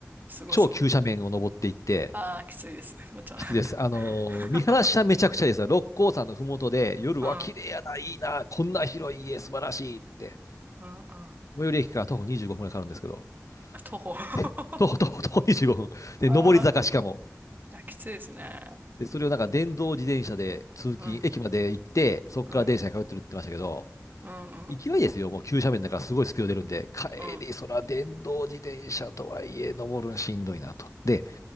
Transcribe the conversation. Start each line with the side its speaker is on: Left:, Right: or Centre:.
Right: すごそう。
Left: 超急斜面を登っていって、
Right: ああ、きついです。また。
Left: きついです。あの
Right: <laughs>
Left: ー見晴らしはめちゃくちゃですよ。六甲山のふもとで、夜は綺麗やな、
Right: うん。
Left: いいな、こんな広い家、素晴らしいって。
Right: うんうん。あ、
Left: 最寄り駅から徒歩25分くらいかかるんですけど、
Right: 徒歩。<laughs> あ
Left: <laughs> 徒歩、徒歩、徒歩25分。で、
Right: あ、
Left: 上り坂しかも。
Right: あきついですね。
Left: で、それをなんか電動自転車で通勤、
Right: うん、
Left: 駅まで行って、そこから電車に通ってるって言ってましたけど、
Right: うん、うん、うん、
Left: 勢いですよ。もう急斜面だからすごいスピード出るんで、帰り、
Right: うん。
Left: そら電動自転車とはいえ、登るんしんどいなと。で、